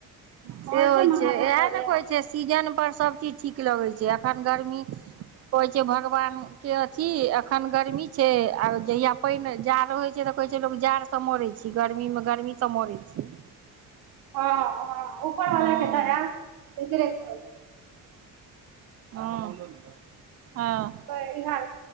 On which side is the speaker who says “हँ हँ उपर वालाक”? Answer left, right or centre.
Right